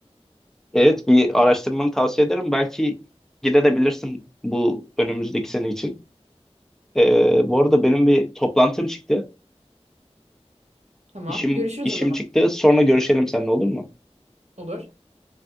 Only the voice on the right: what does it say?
Tamam.
Görüşürüz
o zaman.
Olur.